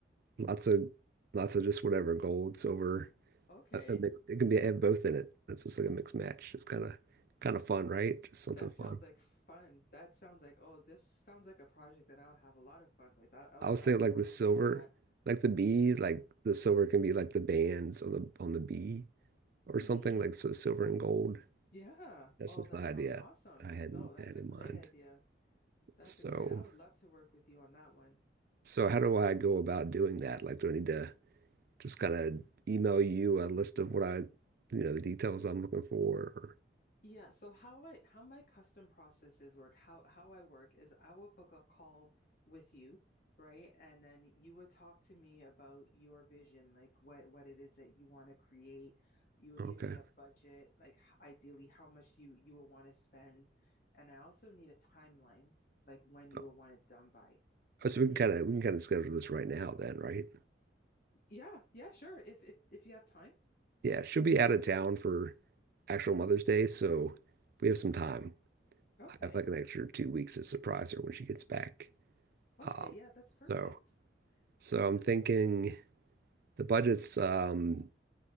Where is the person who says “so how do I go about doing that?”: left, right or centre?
Right